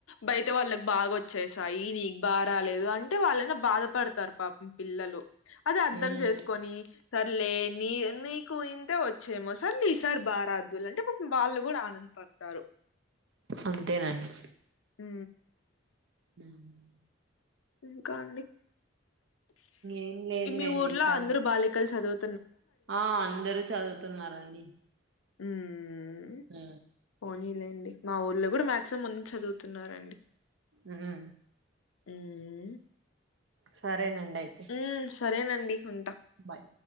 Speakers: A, on the left (about 85°); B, on the right (about 65°).
A: బయట వాళ్ళకి బాగా వచ్చేసాయి నీకు బాగా రాలేదు అంటే వాళ్ళైనా బా ధపడతారు పాపం పిల్లలు అది అర్థం
B: ఉమ్
A: చేసుకొని సర లే నీ నీకు ఇంతే వచ్చేమో సర్లే ఈ సారి బారాద్దులే అంటే పాపం వాళ్ళు కూడా ఆనంద పడతారు
B: అంతేనండి
A: మ్
B: నామ్మ
A: ఇంకా అండి
B: ఏం లేదులేండి
A: మీ ఊర్లో
B: సార్
A: అందరు బాలికలు చదువు
B: ఆ అందరూ చదువుతున్నారండి.
A: ఉమ్
B: ఆ
A: పోనీలేండి మా ఊర్లో కూడా మాక్సిమం ముందు చదువుతున్నరండి.
B: ఆహ
A: ఉమ్
B: సరే నండయితే
A: ఉమ్ సరేనండి ఉం
B: బాయ్